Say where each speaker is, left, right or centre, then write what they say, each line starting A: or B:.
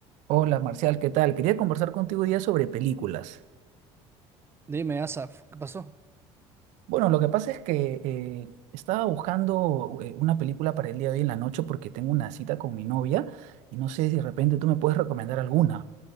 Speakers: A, on the right; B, on the right.
A: Hola Marcial, ¿qué tal? Quería conversar contigo hoy día sobre películas.
B: Dime, Asaf, ¿qué pasó?
A: Bueno, lo que pasa es que eh, estaba buscando eh, una película para el día de hoy en la noche porque tengo una cita con mi novia y no sé si de repente tú me puedes recomendar alguna.